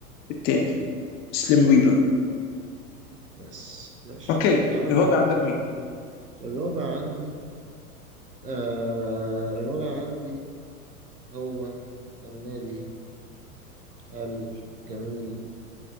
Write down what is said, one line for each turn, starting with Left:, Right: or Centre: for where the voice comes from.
Left: الثاني سليم
Right: بس
Left: ريبر
Right: بس ماشي
Left: اوكي
Right: طيب تعالى
Left: الرابع
Right: نكمل
Left: عندك مين؟
Right: الرابع عندي آه الرابع عندي هو النادي الجميل